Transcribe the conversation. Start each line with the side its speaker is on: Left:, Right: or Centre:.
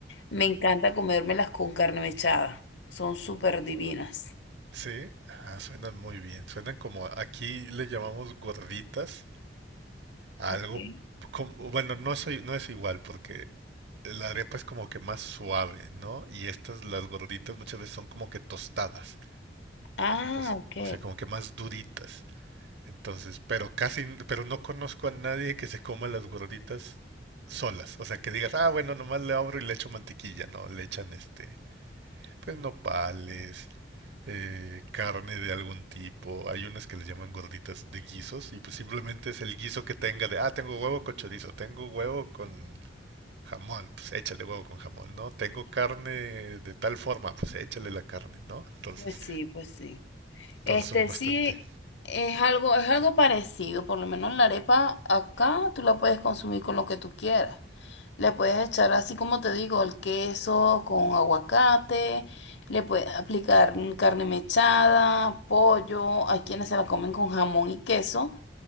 Left: Me encanta comérmelas con carne mechada. Son súper divinas.
Right: Sí, ah, suenan muy bien. Suenan como aquí le llamamos gorditas a
Left: Ok.
Right: algo como, bueno, no soy, no es igual porque la arepa es como que más suave, ¿no? Y estas, las gorditas, muchas veces son como que tostadas,
Left: Ah,
Right: o, s-
Left: ok.
Right: o sea, como que más duritas. Entonces, pero casi, pero no conozco a nadie que se coma las gorditas solas. O sea, que digas, ah, bueno, nomás le abro y le echo mantequilla. No, le echan este, pues nopales, eh, carne de algún tipo. Hay unas que les llaman gorditas de guisos y pues simplemente es el guiso que tenga de, ah, tengo huevo con chorizo, tengo huevo con jamón, pues échale huevo con jamón, ¿no? Tengo carne de tal forma, pues échale la carne, ¿no? Entonces,
Left: Pues sí, pues sí.
Right: todos
Left: Este
Right: son bastante...
Left: sí es algo, es algo parecido. Por lo menos la arepa acá tú la puedes consumir con lo que tú quieras. Le puedes echar así como te digo, el queso con aguacate, le puedes aplicar mm, carne mechada, pollo. Hay quienes se la comen con jamón y queso.